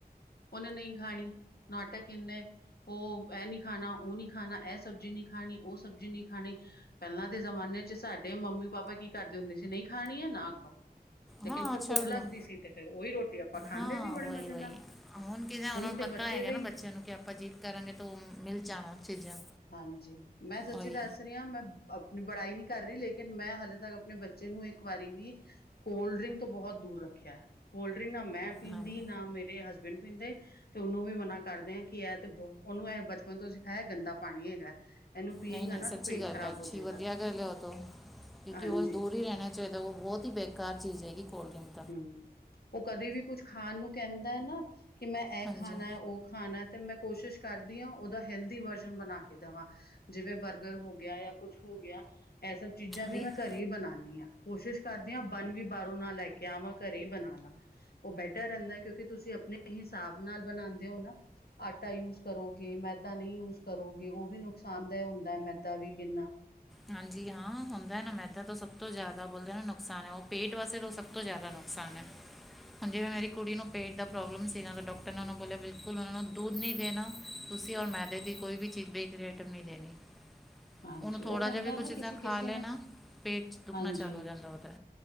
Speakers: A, on the left; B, in the centre.
A: ਓਨੇ ਨਹੀਂ ਖਾਣੀ, ਨਾਟਕ ਏਨੇ। ਓ ਐ ਨੀ ਖਾਣਾ, ਓ ਨੀ ਖਾਣਾ, ਐ ਸਬਜ਼ੀ ਨੀ ਖਾਣੀ, ਓ ਸਬਜ਼ੀ ਨੀ ਖਾਣੀ। ਪੈਲਾਂ ਦੇ ਜ਼ਮਾਨੇ 'ਚ ਸਾਡੇ ਮੰਮੀ ਪਾਪਾ ਕੀ ਕਰਦੇ ਹੁੰਦੇ ਸੀ, ਨਈ ਖਾਣੀ ਏ ਨਾ ਖਾਓ। ਲੇਕਿਨ
B: ਹਾਂ,
A: ਫਿਰ
B: ਛੱਡ
A: ਭੁੱਖ ਲੱਗਦੀ
B: ਦੋ
A: ਸੀ ਤੇ ਫੇਰ ਉਹੀ ਰੋਟੀ ਆਪਾਂ ਖਾਂਦੇ
B: ਹਾਂ
A: ਸੀ ਬੜੇ
B: ਵਈ-ਵਈ
A: ਮਜ਼ੇ ਨਾਲ
B: ਹੁਣ ਕਿਵੇਂ ਓਨਾ ਨੂੰ
A: ਤੇ
B: ਪਤਾ
A: ਬੱਚੇ
B: ਹੈਗਾ
A: ਦੇ
B: ਨਾ,
A: ਹੀ
B: ਬ ਬੱਚਿਆਂ ਨੂੰ ਕੀ ਆਪਾਂ ਜਿਦ ਕਰਾਂਗੇ ਤੋ ਓ ਮਿਲ ਜਾਣਾ ਚੀਜ਼ਾਂ।
A: ਹਾਂਜੀ, ਮੈਂ ਸੱਚੀ
B: ਉਹੀ
A: ਦੱਸ ਰੀ ਆਂ। ਮੈਂ ਅਆ ਆਪਣੀ ਬੜਾਈ ਨੀ ਕਰ ਰੀ। ਲੇਕਿਨ ਮੈਂ ਹਲੇ ਤੱਕ ਆਪਣੇ ਬੱਚੇ ਨੂੰ ਇੱਕ ਵਾਰੀ ਵੀ ਕੋਲਡ ਡਰਿੰਕ ਤੋਂ ਬੋਹਤ ਦੂਰ ਰੱਖਿਆ, ਕੋਲਡ ਡਰਿੰਕ ਨਾ ਮੈਂ ਪੀਂਦੀ
B: ਹਮ
A: ਨਾ ਮੇਰੇ ਹਸਬ ਬੈਂਂਡ ਪੀਂਦੇ, ਤੇ ਓਨੂੰ ਵੀ ਮਨਾ ਕਰਦੇ ਐ ਕੀ, ਐ ਤੇ ਬੋਤ ਓਨੂੰ ਐ ਬਚਪਨ ਤੋਂ ਸਿਖਾਇਆ ਗੰਦਾ ਪਾਣੀ ਹੈਗਾ। ਇਹਨੂੰ ਪੀਏਗਾ
B: ਨਈ-ਨਈ
A: ਨਾ
B: ਸੱਚੀ
A: ਤੇ ਪੇਟ
B: ਗੱਲ
A: ਖ਼ਰਾਬ
B: ਐ। ਅੱਛੀ
A: ਹੋ ਜਾਏਗਾ
B: ਵਧੀਆ ਗੱਲ ਐ ਓ ਤੋਂ ਕਿਉਂਕਿ
A: ਹਾਂਜੀ
B: ਓ ਦੂਰ ਈ ਰੈਣਾ ਜਦੋਂ ਓ ਬੋਤ ਈ ਬੇਕਾਰ ਚੀਜ਼ ਹੈਗੀ ਕੋਲਡਰਿੰਕ।
A: ਹੂੰ। ਓ ਕਦੇ ਵੀ ਕੁੱਝ ਖਾਣ ਨੂੰ ਕੈਂਦਾ ਐ ਨਾ, ਕੀ ਮੈਂ ਐ
B: ਹਾਂਜੀ
A: ਖਾਣਾ ਓ ਖਾਣਾ ਤੇ ਮੈਂ ਕੋਸ਼ਿਸ਼ ਕਰਦੀ ਆਂ, ਓਦਾ ਹੈਲਦੀ ਵਰਜਨ ਬਣਾ ਕੇ ਦਵਾਂ। ਜਿਵੇਂ ਬਰਗਰ ਹੋ ਗਿਆ ਜਾਂ ਕੁੱਛ ਹੋ ਗਿਆ। ਐਸਾ ਚੀਜ਼ਾਂ ਵੀ
B: ਰੀਤ
A: ਮੈਂ ਘਰੇ ਈ ਬਣਾਣੀ ਆਂ। ਕੋਸ਼ਿਸ਼ ਕਰਦੀ ਆਂ ਬੰਨ ਵੀ ਬਾਰੋਂ ਨਾ ਲੈ ਕੇ ਆਵਾਂ, ਘਰੇ ਈ ਬਣਾ ਲਾਂ। ਓ ਬੈਟਰ ਰੈਂਦਾ, ਕਿਉਂਕਿ ਤੁਸੀਂ ਆਪਣੇ ਹਿਸਾਬ ਨਾਲ ਬਣਾਂਦੇ ਓ ਨਾ। ਆਟਾ ਯੂਜ ਕਰੋਗੇ, ਮੈਦਾ ਨਈ ਯੂਜ ਕਰੋਗੇ। ਓ ਵੀ ਨੁਕਸਾਨਦਾਇ ਹੁੰਦਾ ਐ ਮੈਦਾ ਵੀ ਕਿੰਨਾ।
B: ਹਾਂਜੀ ਹਾਂ, ਹੁੰਦਾ ਨਾ ਮੈਦਾ ਤੋਂ ਸਭ ਤੋਂ ਜ਼ਾਦਾ ਬੋਲਦੇ ਨਾ ਨੁਕਸਾਨ ਐ, ਓ ਪੇਟ ਵਾਸਤੇ ਤੋਂ ਸਭ ਤੋਂ ਜ਼ਾਦਾ ਨੁਕਸਾਨ ਐ। ਹਾਂਜੀ ਓਨਾ ਦੀ ਕੁੜੀ ਨੂੰ। ਪੇਟ ਦਾ ਪ੍ਰੋਬਲਮ ਸੀਗਾ, ਤਾਂ ਡਾਕਟਰ ਨੇ ਓਨਾਂ ਨੂੰ ਬੋਲਿਆ ਬਿਲਕੁਲ ਓਨਾਂ ਨੂੰ ਦੁਧ ਨੀ ਦੇਣਾ। ਤੁਸੀਂ ਔਰ ਮੈਦੇ ਦੀ ਕੋਈ ਵੀ ਚੀਜ਼ ਬੈਕ ਕੋਈ ਐਟਮ ਨੀ ਦੇਣੀ।
A: ਹਾਂਜੀ
B: ਉਹਨੂੰ ਥੋੜਾ
A: ਓ ਹੁੰਦਾ
B: ਜਿਹਾ ਵੀ ਕੁਝ
A: ਨਾ
B: ਚੀਜ਼ਾਂ
A: ਕਿਸੀ-ਕਿਸੀ
B: ਖਾ ਲੈਣਾ
A: ਨੂੰ,
B: ਪੇਟ 'ਚ ਦੁਖਣਾ
A: ਹਾਂਜੀ।
B: ਚਾਲੂ ਹੋ ਜਾਂਦਾ ਉਹਦਾ